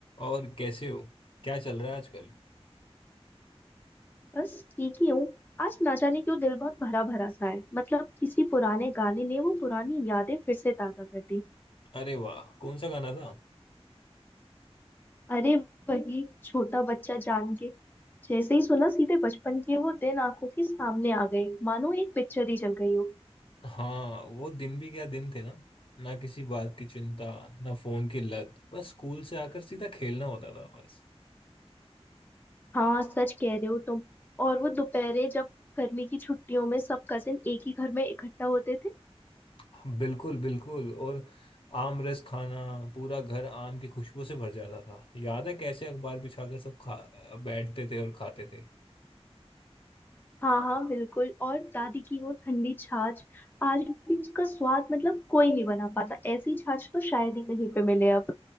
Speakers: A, on the left; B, on the left.
A: और कैसे हो क्या चल रहा है आजकल
B: बस ठीक ही हूँ आज ना जाने क्यों दिल बहुत भरा भरा सा है मतलब किसी पुराने गाने ने वो पुरानी यादें फिर से ताजा कर दी
A: अरे वाह कौन सा गाना था
B: अरे वही छोटा बच्चा जान के जैसे ही सुना सीधे बचपन के वो दिन आंखों के सामने आ गए मानो एक पिक्चर ही चल गई हो
A: हाँ वो दिन भी क्या दिन थे ना ना किसी बात की चिंता ना फोन की लत बस स्कूल से आकर सीधा खेलना होता था बस
B: हाँ सच कह रहे हो तुम और वो दोपहरे जब गर्मी की छुट्टियों में सब कजिन एक ही घर में इकट्ठा होते थे
A: हाँ, बिल्कुल बिल्कुल और आम रस खाना पूरा घर आम की खुशबू से भर जाता था याद है कैसे अखबार बिछाकर सब खा बैठते थे और खाते थे
B: हाँ हाँ बिल्कुल और दादी की वो ठंडी छाछ आज भी उसका स्वाद मतलब कोई नहीं बना पाता ऐसी छाछ तो शायद ही कहीं पे मिले अब